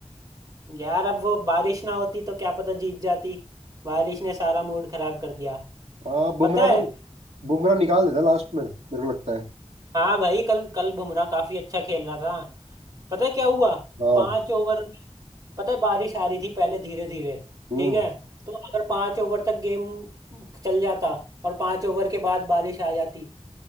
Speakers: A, on the right; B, on the right.
A: यार अब वो बारिश ना होती तो क्या पता जीत जाती बारिश ने सारा मूड खराब कर दिया
B: हाँ बुमराह
A: पता है
B: तो बुमराह निकाल देता लास्ट में मेरे को लगता है
A: हाँ भाई कल कल बुमराह काफी अच्छा खेल रहा था पता है क्या हुआ
B: हाँ
A: पांच ओवर पता है बारिश आ रही थी पहले धीरे धीरे
B: हम्म
A: ठीक है तो अगर पांच ओवर तक गेम चल जाता और पांच ओवर के बाद बारिश आ जाती